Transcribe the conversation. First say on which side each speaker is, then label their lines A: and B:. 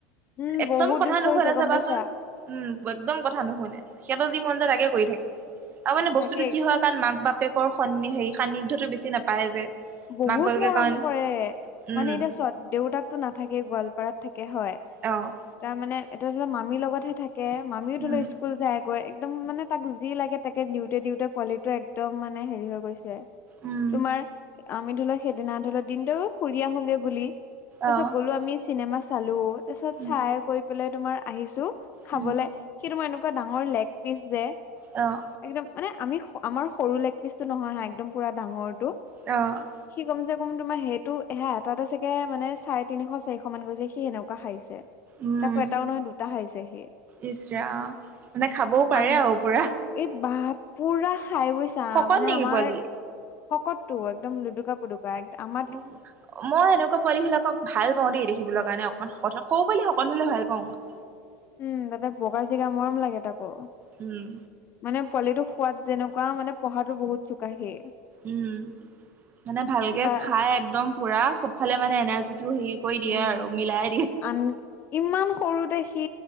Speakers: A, on the left; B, on the right.
A: উম
B: একদম
A: বহুত
B: কথা
A: দুষ্ট
B: নুশুধা
A: হৈছে গম
B: চাবাচোন।
A: পাইছা
B: উম, একদম কথা নুশুনে সিহঁতৰ যি মন যায় তাকে কৰি থাকে। আৰু মানে বস্তুতটো
A: তাকে
B: কি হয় কাৰণ মাক বাপেকৰ স হে সান্নিধ্যতটো বেছি নাপায় যে।
A: বহুত
B: মাক বাপেকে
A: মৰম
B: কাৰণ
A: কৰে
B: উম,
A: মানে এতিয়া দেউতাকতো নাথাকে গোৱালপাৰাত থাকে হয়।
B: অ'।
A: তাৰ মানে এতিয়া ধ লৰা মামীৰ লগতহে থাকে মামিও
B: উম,
A: ধৰি লও স্কুল যায়। গৈ একদম মানে তাক যি লাগে তাকে দিওঁতে দিওঁতে পোৱালিটোটো একদম মানে হেৰি হৈ গৈছে।
B: উম,
A: তোমাৰ আমি ধৰিলও সেইদিনা ধৰিলও দিনটো ফুৰি আহোগে বুলি। তাৰ
B: অ',
A: পিছত গলো আমি চিনেমা চালো তাৰ পিছত
B: উম,
A: চাই গৈ পেলাই তোমাৰ আহিছো। খাবলে
B: উম,
A: সিটো মই এনেকুৱা ডাঙৰ লেগ পিচ যে।
B: অ'।
A: একদম মানে আমি আমাৰ সৰু লেগ পিচটো নহয় হা একদম পুৰা ডাঙৰটো।
B: অ'।
A: সি কম চে কম তোমাৰ সেইটো এহে এটাতে চাগে মানে চাৰে তিনিশ চাৰিশ মান গৈছে সি সেনেকুৱা খাৰিছে।
B: উম,
A: তাকো এটাও নহয় দুটা খাইিছে সি
B: ইচ ৰাম। মানে খাবও পাৰে
A: আহ।
B: আৰু পুৰা।
A: এই বাঁ পুৰা খাই বৈছা
B: শকত
A: মানে
B: নেকি
A: আমাৰ
B: পোৱালি?
A: শকততটো একদম লুডুকাপ। এক আম
B: উম, মই এনেকুৱা পোৱালি বিলাকক। ভাল পাওঁ দেই দেখিবলৈৰ কাৰণে অকণমানৌ পাল সকলো হলে ভাল পাওঁ মই।
A: উম, তাতে বগা জিগা মৰম লাগে তাকো।
B: উম।
A: মানে পোৱালিটোো সোৱাদ যেনেকুৱা মানে পঢ়াো বহুত চোকাহিয়।
B: উম মানে ভালকে
A: বা
B: খাই একদম পুৰা চবফালে মানে এনাৰ্জিটো হেৰি। কৰি দিয়ে
A: উম
B: আৰু মিলাই দিয়ে।
A: আ ইমান সৰুতে সি